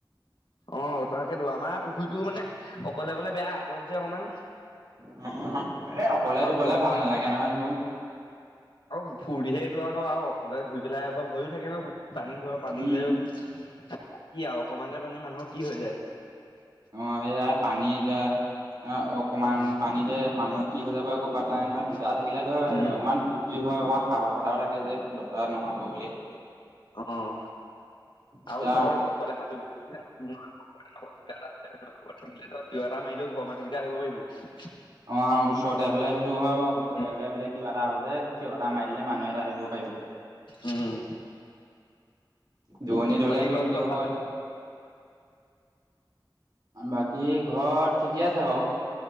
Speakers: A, on the left (about 75°); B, on the right (about 55°).
A: অ', তাকেতো আমাৰ পুখুৰীটো মানে অকলে অকলে বেয়া আপৰত যে অকণমান।
B: উম, এ অকলে ধুবলে
A: ভৰি
B: ভাল নালাগে নহয় তোৰ।
A: আৰু ফূৰ্তিহে এইটো আৰু ন অকলে ধুই পেলাই আকৌ ভয়ো থাকে ন পানী ধৰ পানী
B: উম
A: লে কি আৰু অকণমানহে পানী মানুহৰ কি হৈ যায়।
B: অ', সেয়াই পানী এতিয়া অকমান
A: উম
B: পানীতে মানুহৰ কি হৈ যাব আকৌ <unintelligible>
A: উম
B: নহয় দুটা থাকিলে ধৰ
A: উম,
B: অকণমান ফূৰ্তি হয়, অকণমান সাহস এটাও থাকে যে কিবা এটা নহ'ব বুলি।
A: উম,
B: এতিয়া
A: আৰু ধৰ অকলে সাঁতুৰি <unintelligible> <unintelligible> চিঞৰ এটা মাৰিলেও ঘৰৰ মানুহকেইটা আহিব পাৰিব।
B: অ', ওচৰতে হলে সেইটো হয় বাৰু ওচৰতে
A: উম,
B: হলে বোলে কিবা এটা হৈছে চিঞৰ এটা মাৰিলে মানুহ এটা আহিব পাৰিব। <inaudible>
A: উম।
B: দূৰণিত হ'লেতো
A: বাকী ঘৰত
B: কি
A: চব
B: হব
A: ভাল?
B: এতিয়া বাকী ঘৰত ঠিকে আছে বাৰু।